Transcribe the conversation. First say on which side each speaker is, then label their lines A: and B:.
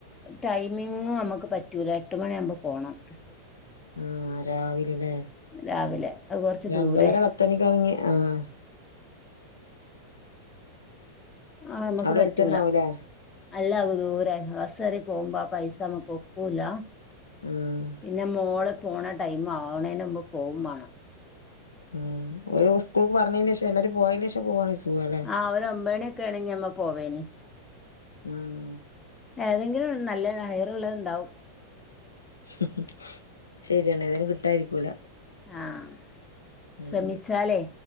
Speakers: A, on the left; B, on the left.
A: ടൈമിംങ്ങും നമ്മുക്ക് പറ്റൂല എട്ട് മണിയാവകുമ്പോ പോകണം
B: ആ രാവിലെ അല്ലെ
A: രാവിലെ അത് കുറച്ച്
B: ഒരു
A: ദൂരെ
B: അമ്പതര പത്ത് മണിക്കാണങ്കില് ആഹ്
A: ആഹ്‌ നമ്മുക്ക്
B: അവിടെ
A: പറ്റൂല
B: അടുത്തന്നെ ആവൂലേ
A: അല്ല അങ്ങ് ദൂരെ ബസ് കേറി പോകുമ്പാ പൈസ മക്ക് ഒക്കൂല
B: ഉം
A: പിന്നെ മോള് പോണ ടൈം ആണേന് മ്പ് പോവും മാണം.
B: ആ ഒരു സ്കൂൾക്ക് പറഞ്ഞന്റെ ഷം എല്ലാരും പോയേന്റെഷം പോവാണേ സുഖല്ലേ.
A: ആ ഒരൊമ്പണിക്കേണെങ്കി നമ്മ പോവേയ്ന്.
B: ആഹ്
A: ഏതെങ്കിലും നല്ല ഹയർ ഉള്ളത് ഉണ്ടാവും.
B: ഹും ഹും ശരിയാണ് ഏതേലും കിട്ടായിരിക്കൂല.
A: ആഹ്
B: ഉം
A: ശ്രമിച്ചാലേ